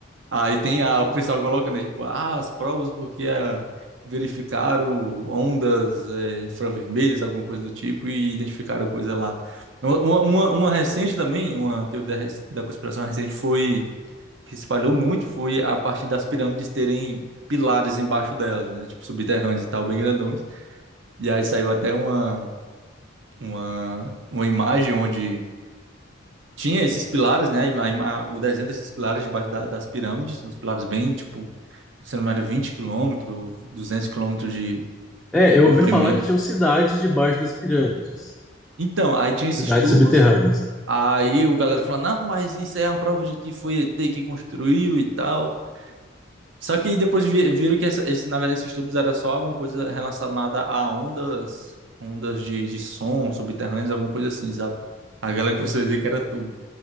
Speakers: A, on the right; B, in the centre.
A: Aí tem a, o pessoal colocando, né? Tipo, ah, as provas porque é, verificaram ondas é, infravermelhas, alguma coisa do tipo, e identificaram coisa lá. Uma, uma, uma recente também, uma teoria da, res- da conspiração recente foi, que se espalhou muito, foi a partir das pirâmides terem pilares embaixo delas, né? Tipo, subterrâneos e tal, bem grandões. E aí saiu até uma, uma, uma imagem onde tinha esses pilares, né? A ima- o desenho desses pilares debaixo da- das pirâmides, uns pilares bem, tipo, se não me engano, 20 quilômetros, 200 quilômetros de
B: É, eu
A: comprimento.
B: ouvi falar que tinham cidades debaixo das pirâmides,
A: Então, aí tinha esses
B: cidades
A: tubos,
B: subterrâneas.
A: aí o galera falou, não, mas isso aí é uma prova de que foi ET que construiu e tal. Só que depois vi- viram que essa, esse, na verdade esses tubos era só alguma coisa relacionada a ondas, ondas de, de som subterrâneas, alguma coisa assim, sabe? A galera começou a dizer que era tubo.